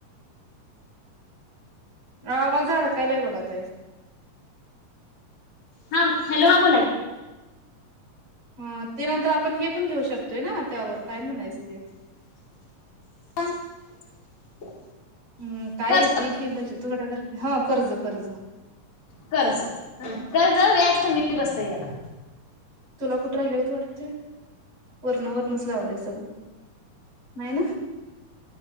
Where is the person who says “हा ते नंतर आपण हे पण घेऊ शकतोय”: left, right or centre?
Right